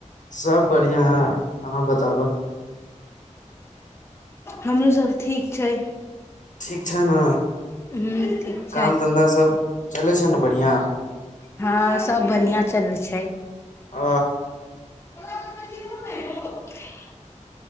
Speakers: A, on the left (about 75°); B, on the left (about 20°).
A: सब बढ़िआं है अहाँ बताबऽ
B: हमरोसभ ठीक छै
A: अछ ने
B: ह्म ठीक छै
A: काम धन्धा सब चलै छै ने बढ़िआँ
B: हँ सब बढ़िआ चल छै
A: आ
B: <unintelligible>